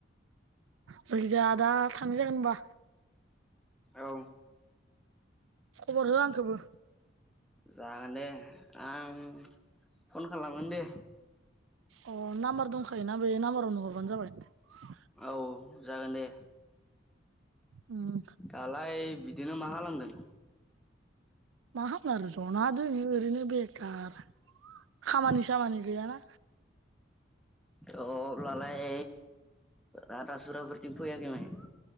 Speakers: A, on the right; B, in the centre.
A: जायखिजाया दा थांनो जायाखै होनबा।
B: औ।
A: खबर हो आंखोबो।
B: जागोन दे आं फन खालामगोन दे
A: अ नाम्बार दंखायोना बे नाम्बारावनो हरबानो जाबाय।
B: औ जागोन दे
A: उम
B: दालाय बिदिनो मा खालामदों।
A: मा खालामनो आरो जना दों ओरैनो बेखार खामानि सामानि गैयाना
B: अब्लालाय रादासुराफोरथिं फैयाखै मायो